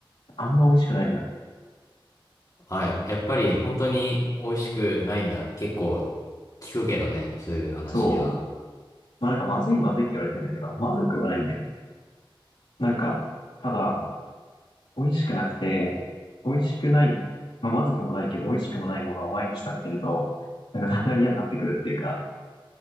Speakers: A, on the left (about 85°); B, on the left (about 40°).
A: あんま美味しくないのよ。
B: あ、ややっぱり本当に美味しくないんだ。結構聞くけどね。そういう話は。
A: そう。まあなんかまずいまずいって言われてんだけど、まずくはないんだよ。なんか、ただ、美味しくなくて、美味しくない、まあまずくもないけど、美味しくもないものを毎日食べてると、なんかだんだん嫌になってくるっていうか、